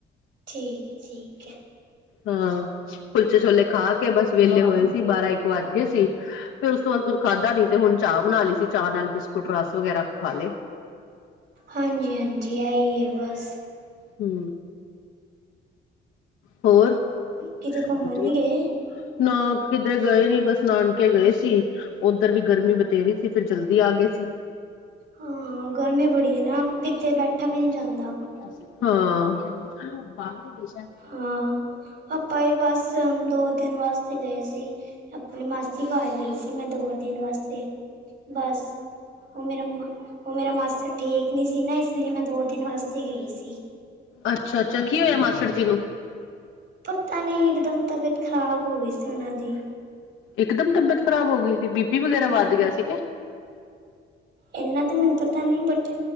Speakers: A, on the right; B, on the left.
A: ਠੀਕ, ਠੀਕ ਹੈ।
B: ਹਾਂ, ਕੁਲਚੇ ਛੋਲੇ ਖਾ ਕੇ ਬਸ ਵੇਹਲੇ ਹੋਏ ਸੀ ਬਾਰਾਂ-ਇੱਕ ਵੱਜ ਗਏ ਸੀ। ਫੇਰ ਉਸ ਤੋਂ ਬਾਅਦ ਕੁੱਝ ਖਾਧਾ ਨੀ ਤੇ ਹੁਣ ਚਾਹ ਬਣਾ ਲਈ ਸੀ ਚਾਹ ਨਾਲ ਬਿਸਕੁਟ, ਰਸ ਵਗੈਰਾ ਖਾ ਲਏ।
A: ਹਾਂਜੀ ਹਾਂਜੀ ਹੈ ਹੀ ਹੈ ਬਸ
B: ਹੂੰ। ਹੋਰ,
A: ਕਿਤੇ ਘੁੰਮਣ
B: ਵਧੀਆ।
A: ਨੀ ਗਏ
B: ਨਾ ਕਿਧਰੇ ਗਏ ਨੀ, ਬਸ ਨਾਨਕੇ ਗਏ ਸੀ। ਓਧਰ ਵੀ ਗਰਮੀ ਬਥੇਰੀ ਸੀ ਫਿਰ ਜਲਦੀ ਆ ਗਏ ਸੀ
A: ਹਾਂ, ਹਾਂ ਗਰਮੀ ਬੜੀ ਹੈ, ਨਾ, ਕਿਤੇ ਬੈਠਾ ਵੀ ਨਹੀਂ ਜਾਂਦਾ।
B: ਹਾਂ
A: ਹਾਂ, ਆਪਾ ਹੀ ਬਸ ਦੋ-ਦਿਨ ਵਾਸ ਗਏ ਸੀ ਆਪਣੀ ਮਾਸੀ ਘਰ ਗਈ ਸੀ ਮੈਂ ਦੋ ਦੇਣ ਵਾਸਤੇ ਬਸ ਉਹ ਮੇਰਾ ਮ ਉਹ ਮੇਰਾ ਮਾਸ ਠੀਕ ਨੀ ਸੀ ਨਾ ਇਸ ਲਈ ਮੈਂ ਦੋ ਦਿਨ ਵਾਸਤੇ ਗਈ ਸੀ।
B: ਅੱਛਾ-ਅੱਛਾ, ਕੀ ਹੋਇਆ ਮਾਸਟਰ ਜੀ ਨੂੰ?
A: ਪਤਾ ਨਹੀਂ ਇਕਦਮ ਤਬੀਅਤ ਖ਼ਰਾਬ ਹੋ ਗਈ ਸੀ ਉਹਨਾਂ ਦੀ।
B: ਇਕਦਮ ਤਬੀਅਤ ਖਰਾਬ ਹੋ ਗਈ ਸੀ ਬੀਪੀ ਵਗੈਰਾ
A: ਹੂੰ
B: ਵੱਧ ਗਿਆ ਸੀਗਾ।
A: ਇਨਾ ਤਾਂ ਮੈਨੂੰ ਪਤਾ ਨਹੀਂ, ਬਟ